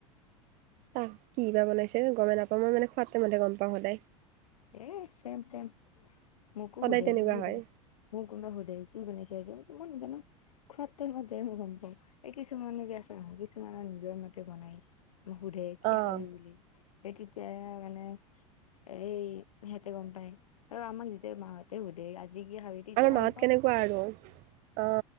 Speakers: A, on the right; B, on the left.
A: তাত, কিবা বনাইছে গমেই নাপাওঁ। মই মানে, খোৱাতো মানে, গম পাওঁ সদায়।
B: এ, চেম, চেম। মোকো
A: সদায়
B: সোধে
A: তেনেকুৱা
B: <unintelligible>
A: হয়।
B: মোক কোনোবা সোধে! কি বনাইছা? মই নাজানোঁ। খোৱা টাইমতে যে মই গম পাওঁ। এই কিছুমানে যে, আছে, কিছুমানৰ নিজৰ মতে বনাই। সোধে কি
A: অ',
B: খাবি বুলি? সেই তেতিয়াই মানে, এই, সিহঁতে গম পাই আৰু আমাক যেতিয়া মাহঁতে সোধে আজি কি খাবি? তেতিয়া
A: আমাৰ
B: গম
A: মাহঁত
B: পাওঁ
A: কেনেকুৱা আৰু? অ'!